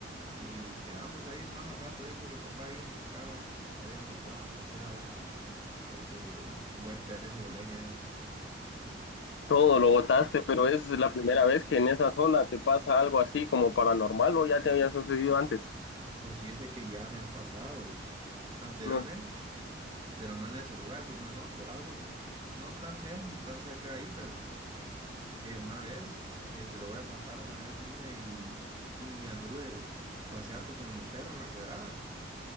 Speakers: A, on the right; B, on the left.
A: y quedamos ahí más al rato ir con mi papá ahí en el carro para ir a alumbrar, aunque sea, a ver, porque buen tercio de leña era, compa.
B: Todo lo botaste, pero es la primera vez que en esa zona te pasa algo así como paranormal o ya te había sucedido antes.
A: Pues fíjese que ya me ha pasado anteriormente,
B: No,
A: pero no en ese lugar, sino en otro, algo s- no tan lejos ni tan cerca de ahí, pero... Eh, una vez, eh, se lo voy a contar, una vez vine y, y anduve paseando con el perro en la quebrada,